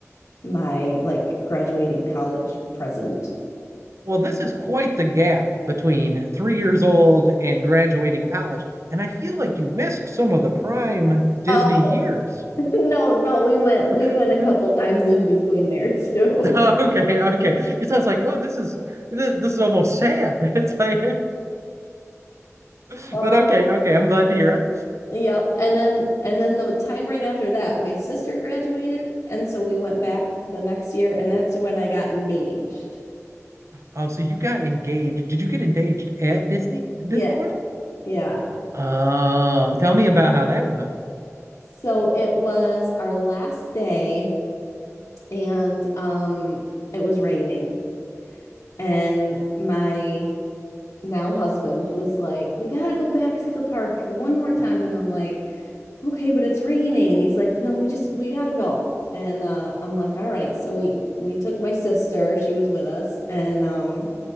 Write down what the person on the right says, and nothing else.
Well, this is quite the gap between three years old and graduating college, and I feel like you missed some of the prime Disney
years.
<laughs>
Okay, okay. Because I was like, oh, this is this, this is almost sad. <laughs> It's like, <laughs>
but okay, okay. I'm glad to hear it.
Oh, so you got engaged? Did you get engaged at Disney Disney
World?
Oh, tell me about how that went.